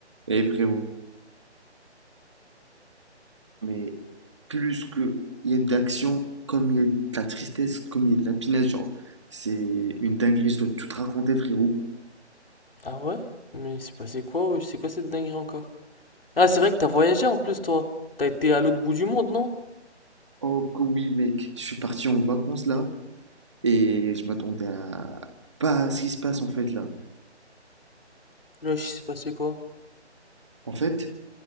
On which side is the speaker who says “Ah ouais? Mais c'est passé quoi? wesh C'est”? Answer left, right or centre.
Left